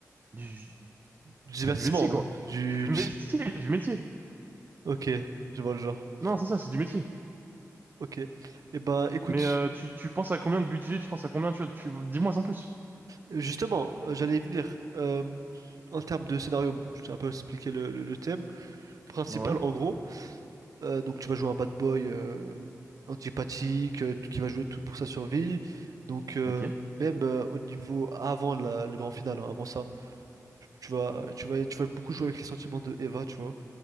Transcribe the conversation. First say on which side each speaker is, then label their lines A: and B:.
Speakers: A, on the right; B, on the right.
A: du...
B: Du divertissement,
A: Du métier, quoi.
B: hein. Du,
A: Du
B: du-
A: métier,
B: si-,
A: du métier.
B: Ok, je vois le genre.
A: Non, c'est ça, c'est du métier.
B: Ok. Et bah écoute,
A: Mais euh, tu, tu penses à combien de budget, tu penses à combien, tu vois, tu... Dis-moi en plus.
B: justement, euh, j'allais y venir. Euh, en termes de scénario, bon, je t'ai un peu expliqué le, le- le thème principal
A: Ouais,
B: en gros. Euh, donc tu vas jouer un bad boy euh, antipathique euh, qui va jouer tout pour sa survie. Donc euh,
A: ok.
B: même euh, au niveau avant la- le grand final, hein, avant ça, tu vas, tu vas, tu vas beaucoup jouer avec les sentiments de Eva, tu vois.